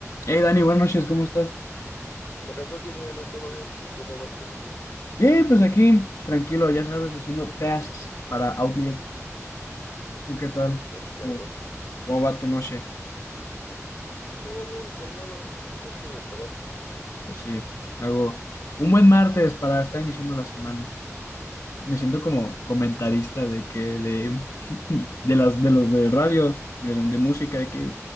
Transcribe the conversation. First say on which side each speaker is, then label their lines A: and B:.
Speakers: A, on the left; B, on the left.
A: Hey Dani, buenas noches, ¿cómo estás?
B: Buenas noches, Miele, ¿todo bien? ¿Cómo vas tú?
A: Bien, pues aquí, tranquilo, ya sabes, haciendo tasks para Outlier. ¿Tú qué tal?
B: Pues, ¿qué
A: ¿Cómo,
B: andas?
A: cómo va tu noche?
B: Todo bien, calmada, noche de trabajo.
A: Pues sí, algo. Un buen martes para estar iniciando la semana. Me siento como comentarista de que de, <laughs> de las de los de radio, de, de música, de que